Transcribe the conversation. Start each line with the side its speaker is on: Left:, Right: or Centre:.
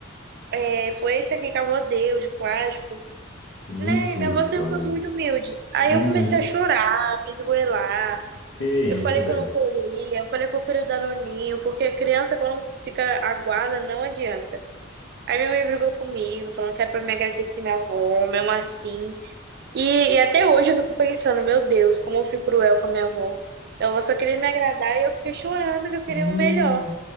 Right: é, foi esse aqui que a avó deu, de plástico.
Left: Misericórdia.
Right: Né? Minha avó sempre foi muito humilde. Aí
Left: Uhum.
Right: eu comecei a chorar, me esgoelar.
Left: Que
Right: Eu falei
Left: isso, velho.
Right: que eu não queria, eu falei que eu queria o Danoninho, porque a criança, quando fica aguada, não adianta. Aí minha mãe brigou comigo, falando que era pra me agradecer minha avó, mesmo assim. E, e até hoje eu fico pensando, meu Deus, como eu fui cruel com a minha avó. Então, Ela só queria me agradar e eu fiquei chorando que eu queria
Left: Sim.
Right: o melhor.